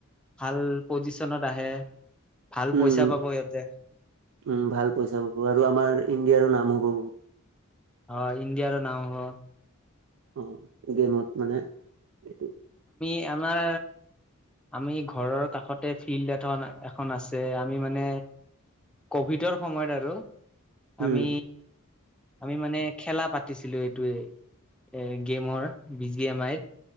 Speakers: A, in the centre; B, on the right.
A: ভাল পজিচনত আহে। ভাল
B: উম
A: পইচা পাব সিহঁতে
B: উম, ভাল পইছা পাব আৰু আমাৰ ইণ্ডিয়াৰো নাম হ'ব বোলো।
A: হয়, ইণ্ডিয়াৰো নাম হ'ব।
B: অ', গেমত মানে, এইটো
A: এ আমাৰ আমি ঘৰৰ কাষতে ফিল্ড এখন এখন আছে, আমি মানে কভিডৰ সময়ত আৰু, আমি
B: উম
A: আমি মানে খেলা পাতিছিলো, এইটোৱেই, এই গেমৰ। বি জি এম আইত,